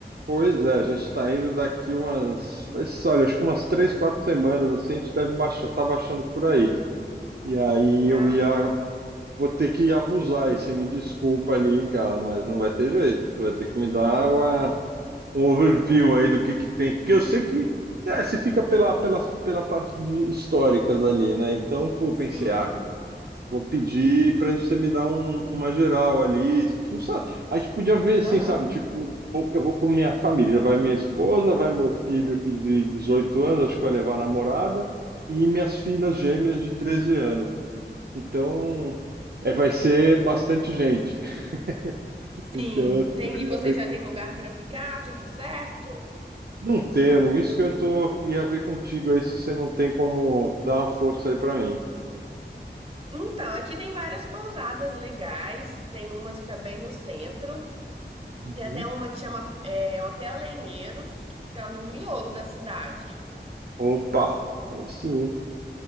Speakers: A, on the right; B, on the right.
A: Pois é, a gente tá indo daqui umas, vai ser, olha, acho que umas três, quatro semanas, assim, a gente deve baixar, tá baixando por aí. E aí
B: Ah,
A: eu ia, vou ter que abusar, e você me desculpa ali, cara, mas não vai ter jeito. Você vai ter que me dar uma um overview aí do que que tem,
B: <laughs>
A: porque eu sei que é, você fica pela, pela, pela parte de históricas ali, né? Então, pô, pensei,
B: sim.
A: ah, vou pedir pra gente você me dar um- uma geral ali. Não sabe, a gente podia ver assim,
B: Aham.
A: sabe? Tipo, vou- eu vou com minha família, vai minha esposa, vai meu filho que de 18 anos, acho que vai levar a namorada, e minhas filhas gêmeas de 13 anos. Então, é, vai ser bastante gente. <laughs>
B: Sim,
A: Então,
B: entendi.
A: eu
B: E vocês
A: ia
B: já têm lugar para ficar? Tudo certo?
A: Não temo, isso que eu tô ia ver contigo aí se você não tem como dar uma força aí pra mim.
B: Então, aqui tem várias pousadas legais. Tem umas que é bem no centro.
A: Uhum.
B: Tem até uma que chama é, Hotel Lenheiros, que fica no miolo da cidade.
A: Opa, aí sim.